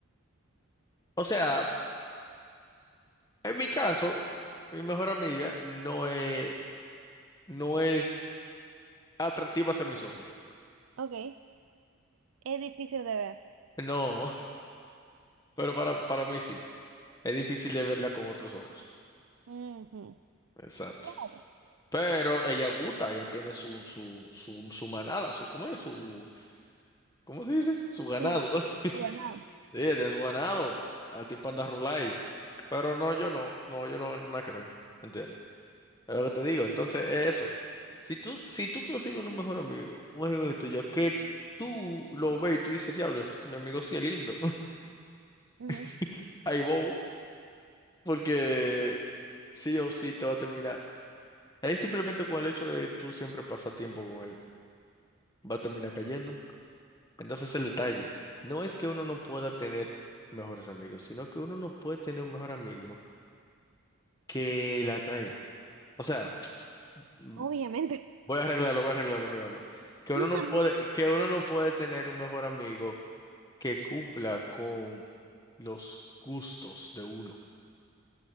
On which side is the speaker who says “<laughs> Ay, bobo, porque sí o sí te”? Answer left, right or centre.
Left